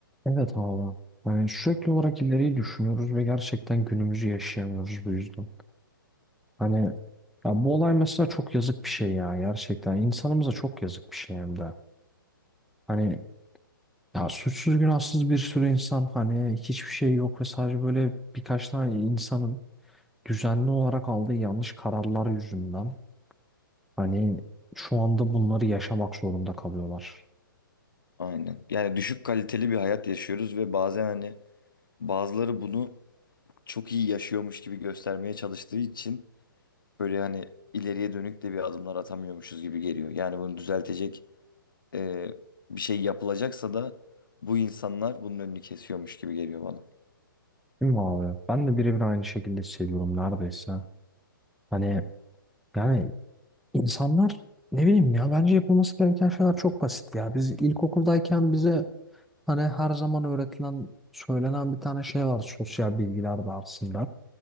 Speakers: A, in the centre; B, on the left (about 65°).
A: Evet abi. Yani sürekli olarak ileriyi düşünüyoruz ve gerçekten günümüzü yaşayamıyoruz bu yüzden. Hani ya bu olay mesela çok yazık bir şey ya gerçekten. İnsanımıza çok yazık bir şey hem de. Hani ya suçsuz günahsız bir sürü insan hani hiçbir şey yok ve sadece böyle birkaç tane insanın düzenli olarak aldığı yanlış kararlar yüzünden hani şu anda bunları yaşamak zorunda kalıyorlar.
B: Aynen. Yani düşük kaliteli bir hayat yaşıyoruz ve bazen hani bazıları bunu çok iyi yaşıyormuş gibi göstermeye çalıştığı için böyle hani ileriye dönük de bir adımlar atamıyormuşuz gibi geliyor. Yani bunu düzeltecek e, bir şey yapılacaksa da bu insanlar bunun önünü kesiyormuş gibi geliyor bana.
A: Değil mi abi? Ben de birebir aynı şekilde hissediyorum neredeyse. Hani yani insanlar ne bileyim ya bence yapılması gereken şeyler çok basit ya. Biz ilkokuldayken bize Hani her zaman öğretilen, söylenen bir tane şey var sosyal bilgiler dersinde.